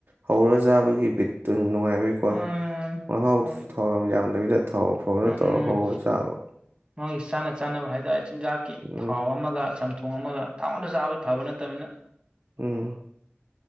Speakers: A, on the right; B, on the right.
A: ꯍꯧꯔꯖꯥꯕꯒꯤ ꯕꯤꯠꯇꯨ ꯅꯨꯡꯉꯥꯏꯕꯩꯀꯣ
B: ꯃꯥꯅꯤ ꯃꯥꯅꯤ
A: ꯃꯍꯥꯎꯁꯨ
B: ꯃꯥꯒꯤ
A: ꯊꯧ ꯌꯥꯝ ꯌꯥꯝꯗꯕꯤꯗ ꯊꯥꯎ ꯐꯕꯅ
B: ꯎꯝ
A: ꯇꯧꯔ ꯍꯧꯕꯁꯨ <inaudible>
B: ꯃꯥꯒꯤ ꯆꯥꯅ ꯆꯥꯅꯕ ꯍꯥꯏꯇꯥꯔꯦ ꯆꯤꯟꯖꯥꯛꯀꯤ
A: ꯎꯝ
B: ꯊꯥꯎ ꯑꯃꯒ ꯆꯥꯝꯊꯣꯡ ꯊꯣꯡ ꯑꯃꯒ ꯊꯧꯉꯥꯛꯇ ꯆꯥꯕ ꯐꯕ ꯅꯠꯇꯕꯅꯤꯅ
A: ꯎꯝ